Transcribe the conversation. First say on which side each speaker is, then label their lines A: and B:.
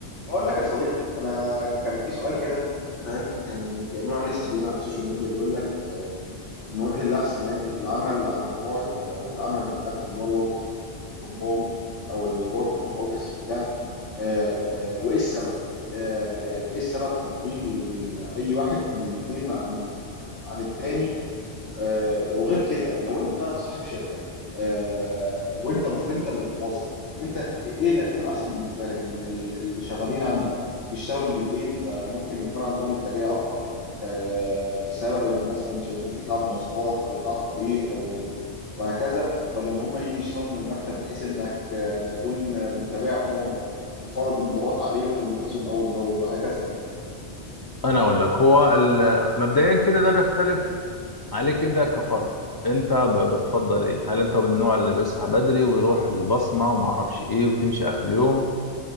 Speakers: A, on the left; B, on the left.
A: بقول لك يا صديقي انا كان في سؤال كده فاهم كان بيعملوا عليه استبيان على السوشيال ميديا بيقول لك آه، ان وين اللي احسن يعني العمل عن بعد او العمل من المكتب اللي هو الورك فروم هوم او الورك فروم اوفيس وبتاع آه، آه، وايه السبب آه، يعني ايه السبب تفضيل اي واحد من الاثنين عن عن التاني آه، وغير كده لو انت صاحب شركه آه، وانت المفروض انت اللي بتوظف انت ايه اللي هيكون الاحسن بالنسبه لك ان ال- اللي شغالين عندك يشتغلوا من البيت فممكن يكون عندهم انتاجيه اكتر آه، بسبب ان مثلا مش هيكون في تعب مواصلات او تعب طريق او وهكذا ولا ان هم يجي يشتغلوا من المكتب بحيث انك آه، تكون متابعهم و- وفرض انضباط عليهم وملاحظهم اول باول وهكذا
B: انا اقول لك هو ال- مبدئيا كده ده بيختلف عليك انت كفرد انت ب- بتفضل ايه هل انت من النوع اللي بيصحى بدري ويروح البصمه وما اعرفش ايه وتمشي اخر اليوم